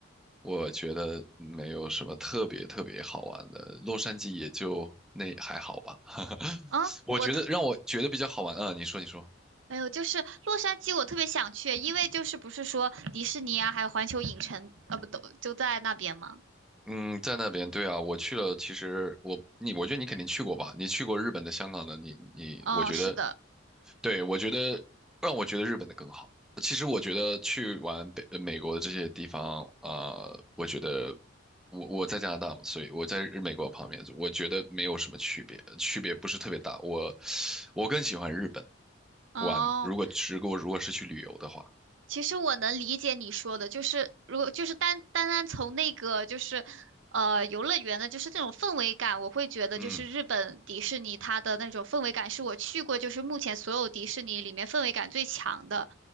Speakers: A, in the centre; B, on the right.
A: 我觉得没有什么特别特别好玩的。洛杉矶也就那还好吧，<laughs>
B: 啊，
A: 我觉得让我觉得比较好玩嗯，
B: 我特，
A: 你说你说。
B: 哎呦，就是洛杉矶，我特别想去，因为就是不是说迪士尼啊，还有环球影城，啊，不都就在那边吗？
A: 嗯，在那边，对啊，我去了。其实我你，我觉得你肯定去过吧？你去过日本的、香港的，你你，
B: 哦，
A: 我觉得，
B: 是的，
A: 对，我觉得让我觉得日本的更好。其实我觉得去完北呃美国的这些地方，呃，我觉得我我在加拿大嘛，所以我在日美国旁边，我觉得没有什么区别，区别不是特别大。我我更喜欢日本
B: 哦。
A: 玩，如果如果如果是去旅游的话，
B: 其实我能理解你说的，就是如果就是单单单从那个就是呃游乐园的，就是这种氛围感，我会觉得就是日本迪士尼它的那种氛围感是我去过，
A: 嗯，
B: 就是目前所有迪士尼里面氛围感最强的。